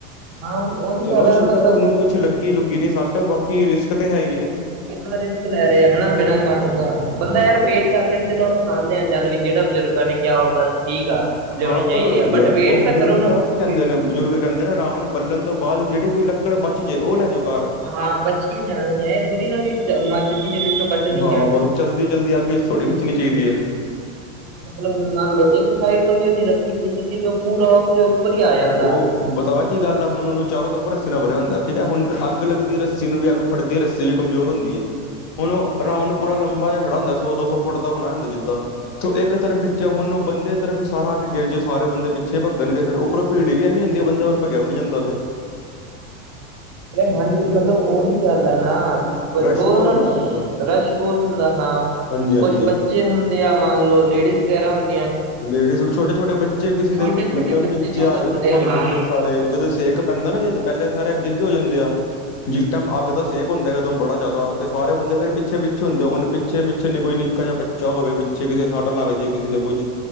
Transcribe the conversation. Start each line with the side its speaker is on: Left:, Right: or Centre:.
Right: ਹਾਂ ਉਹੀ
Left: ਚਲੋ
Right: ਗਲ ਹੈ।
Left: ਸ਼ੁਕਰ
Right: ਮਤਲਬ
Left: ਆ ਉਹਨੂੰ ਕੁਛ ਲੱਗੀ- ਲੁੱਗੀ ਨੀ ਸੱਟ ਬਾਕੀ ਰਿਸਕ ਤੇ ਹੈ ਹੀ ਏ
Right: ਕਿੰਨਾ ਰਿਸਕ ਲੈ ਰਿਹਾ ਹਨਾ ਬਿਨਾਂ ਕੰਮ ਤੋਂ, ਬੰਦਾ ਯਾਰ ਵੇਟ ਕਰ ਲੈਣ ਚਲੋ ਆਪਾਂ ਮੰਨਦੇ ਹਾਂ ਜੱਲ ਵੀ ਜਿਹੜਾ ਬਜ਼ੁਰਗਾਂ ਨੇ ਕਿਆ ਹੋ ਗਲ ਠੀਕ ਆ ਲਿਆਉਣੀ
Left: ਹਾਂ
Right: ਚਾਹੀਦੀ
Left: ਪਰ
Right: ਆ ਬਟ
Left: ਯਾਰ
Right: ਵੇਟ
Left: ਉਹ
Right: ਤਾਂ
Left: ਬੁਜ਼ੁਰਗ
Right: ਕਰੋ ਨਾ
Left: ਬਤਾ ਕੀ ਕਹਿੰਦੇ
Right: ਵੀ
Left: ਨੇ ਬਜ਼ੁਰਗ ਕਹਿੰਦੇ ਨੇ ਰਾਵਣ ਬੱਲਣ ਤੋਂ ਬਾਅਦ ਜਿਹੜੀ ਕੋਈ ਲੱਕੜ ਬਚ ਜੇ ਉਹ ਲੈ ਜਾਉ ਘਰ
Right: ਹਾਂ ਬਚੀ ਜਾਣੀ ਹੈ ਇਹ ਥੋੜੀ ਨਾ ਵੀ ਮੱਤ ਜੀ ਦੇ ਵਿੱਚੋਂ ਕੱਢਣੀ
Left: ਹਾਂ
Right: ਆ
Left: ਬਸ ਜਲਦੀ ਜਲਦੀ ਅੱਗ ਚ' ਥੋੜੀ ਖਿੱਚਣੀ ਚਾਹੀਂਦੀ ਹੈ
Right: ਮਤਲਬ ਹੁਣ ਮਨ ਲਓ, ਇੱਕ ਸਾਈਡ ਤੋਂ ਵੀ ਉਹਦੀ ਰੱਸੀ ਖਿੱਚਤੀ ਤੇ ਉਹ ਪੂਰਾ ਉਸਦੇ ਉੱਪਰ ਹੀ ਆ ਜਾਂਦਾ
Left: ਉਹ ਬਤਾਵਾ ਕੀ ਗੱਲ ਆ ਹੁਣ ਉਹਨੂੰ ਚਾਰੋ ਤਰਫ ਰੱਸੀ ਨਾਲ ਬਣਿਆ ਹੁੰਦਾ ਠੀਕ ਹੈ ਹੁਣ ਅੱਗ ਲੱਗਦੀ ਹੈ ਰੱਸੀ ਨੂੰ ਵੀ ਅੱਗ ਫੜਦੀ ਹੈ ਰੱਸੀ ਵੀ ਕਮਜ਼ੋਰ ਹੁੰਦੀ ਹੈ ਹੁਣ ਉਹ ਆਰਾਉਨਡ <unintelligible> ਪੂਰਾ ਲੰਬਾ ਜ ਖੜਾ ਹੁੰਦਾ ਸੋ ਦੋ ਸੌ ਫੁੱਟ ਬਣਾਇਆ ਹੁੰਦਾ ਜਿੱਦਾਂ ਤੋ ਇੱਕ ਤਰਫ ਖਿੱਚਿਆ ਹੁਣੂੰ ਬੰਦੇ ਤਰਫ ਹੀ ਸਾਰਾ ਆ ਕੇ ਗਿਰ ਜਾ ਸਾਰੇ ਬੰਦੇ ਪਿੱਛੇ ਭਗਣਗੇ ਫਿਰ ਉੱਪਰੋਂ ਭੀੜ ਵੀ ਇੰਨੀ ਹੁੰਦੀ ਬੰਦੇ ਕੋਲ ਭੱਜਿਆ ਵੀ ਨੀ ਜਾਂਦਾ ਫਿਰ
Right: ਹਾਂਜੀ, ਮਤਲਬ ਉਹੀ ਗੱਲ ਆ ਨਾ,
Left: ਰਸ਼
Right: ਉਹਨਾਂ
Left: ਬਹੁਤ ਹੁੰਦਾ
Right: ਨੂੰ
Left: ਨਾ ਫਿਰ
Right: ਰਸ਼ ਬਹੁਤ ਹੁੰਦਾ ਹਾਂ,
Left: ਹਾਂਜੀ ਹਾਂਜੀ
Right: ਕੁਛ ਬੱਚੇ ਹੁੰਦੇ ਆ ਮੰਨ ਲਓ, ਲੇਡੀਜ਼ ਵਗੈਰਾ ਹੁੰਦੇ
Left: ਲੇਡੀਜ਼ ਛੋਟੇ -ਛੋਟੇ ਬੱਚੇ ਕਿਸੇ ਦੇ
Right: ਛੋਟੇ ਛੋਟੇ
Left: ਮਤਲਬ
Right: ਬੱਚੇ
Left: ਨੀਚੇ
Right: ਜ਼ਿਆਦਾ
Left: ਆ ਜਾਂਦੇ
Right: ਹੁੰਦੇ
Left: ਭੱਜਦੇ
Right: ਹਾਂ
Left: ਨੇ ਜਾਂ ਸਾਰੇ ਜਦੋਂ ਸੇਕ ਪੈਂਦਾ ਨਾ ਜਦੋਂ, ਪਹਿਲੇ ਸਾਰੇ ਅੱਗੇ- ਅੱਗੇ ਹੋ ਜਾਂਦੇ ਆ
Right: ਹਮ
Left: ਜਿਸ ਟਾਈਮ ਅੱਗ ਦਾ ਸੇਕ ਹੁੰਦਾ ਇੱਕਦਮ ਬੜਾ ਜ਼ਿਆਦਾ ਤੇ ਸਾਰੇ ਬੰਦੇ ਫੇਰ ਪਿੱਛੇ- ਪਿੱਛੇ ਹੁੰਦੇ ਨੇ ਪ ਪਿੱਛੇ -ਪਿੱਛੇ ਨਹੀਂ ਕੋਈ ਨਿੱਕਾ ਜਿਹਾ ਬੱਚਾ ਹੋਵੇ ਪਿੱਛੇ ਕਿਸੇ ਸੱਟ ਲੱਗ ਜਾਵੇ ਕਿਸੇ ਦਾ ਕੁਛ